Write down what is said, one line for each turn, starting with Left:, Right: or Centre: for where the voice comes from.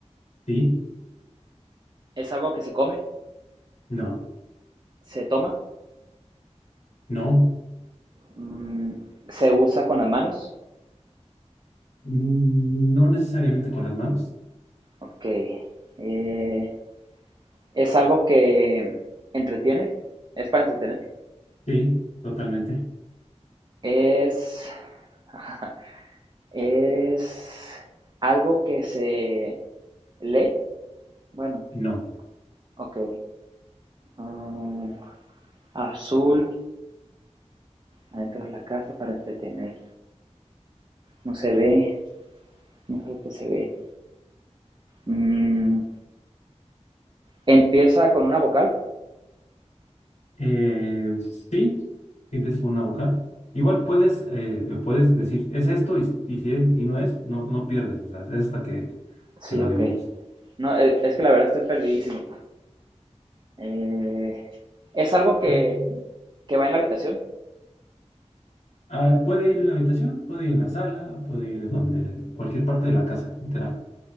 Left: sí,
Right: ¿Es algo que se come?
Left: no,
Right: ¿Se toma?
Left: no,
Right: Mm, ¿Se usa con las manos?
Left: mm, no necesariamente con las manos.
Right: Ok. Eh, ¿es algo que entretiene? ¿Es para entretener?
Left: Sí, totalmente.
Right: ¿Es, <laughs> es algo que se lee? Bueno,
Left: No.
Right: ok. Mm, azul, adentro de la casa para entretener. No se ve, no es algo que se ve. Mm, ¿empieza con una vocal?
Left: Eh, sí, empiezas con una vocal. Igual puedes, eh, puedes decir, es esto, y, y si es, y no es, no, no pierdes, o sea, es hasta que,
Right: Sí,
Left: que lo adivines.
Right: ok. No, eh, es que la verdad estoy perdidísimo. Eh, es algo que,
Left: <laughs>
Right: que va en la habitación.
Left: Ah, puede ir en la habitación, puede ir en la sala, puede ir donde, cualquier parte de la casa, literal.